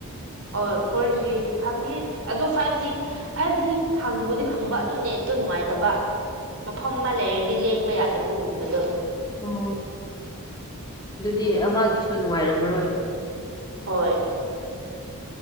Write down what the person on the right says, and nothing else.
ꯑꯣ ꯐꯣꯔ ꯖꯤ ꯐꯪꯉꯦ ꯑꯗꯨ ꯐꯥꯏꯚ ꯖꯤ ꯐꯥꯏꯚ ꯖꯤ ꯐꯪꯕꯨꯗꯤ ꯐꯪꯕ ꯑꯗꯨ ꯅꯦꯠꯇꯣ ꯅꯨꯡꯉꯥꯏꯇꯕ ꯃꯐꯝ ꯑꯃ ꯂꯩꯔꯗꯤ ꯂꯦꯡꯕ ꯌꯥꯗꯕꯒꯨꯝꯕꯗ
ꯅꯨꯡꯉꯥꯏꯇꯦꯗꯅ
ꯍꯣꯏ